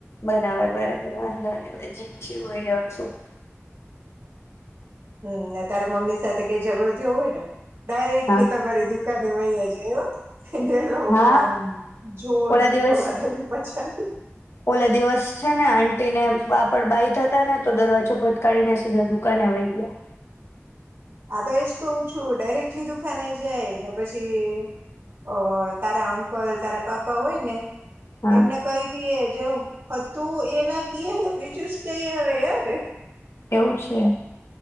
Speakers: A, on the left; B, on the right.
A: બરાબર બરાબર વાંધો ને ભાઈ જી જી હોય રહ શું.
B: હમ ને તારે મમ્મી સાથે કઈ ઝઘડો થયો હોય ને ડાયરેક્ટલી
A: હા
B: તમારી દુકાને ઘરે હોય એજ એનેલો
A: હા
B: આમ જોર
A: ઓલા
B: કે
A: દિવસ
B: ધવા ધવી પછી સા <unintelligible>
A: ઓલા દિવસ છે ને આ તેને પાપડ બાાય થતા ને તો દરવાજો ફટકારીને સીધા દુકાને વય ગયા.
B: હા તો એજ કવું છું ડાયરેક્ટલી દુકાને જાય ને પછી, અ તારા અંકલ તારા પાપા હોય ને
A: હા
B: એમને કહી દીએ. જવું તું એના કએ ને બીજું જ કઈ હ ય ર.
A: એવું છે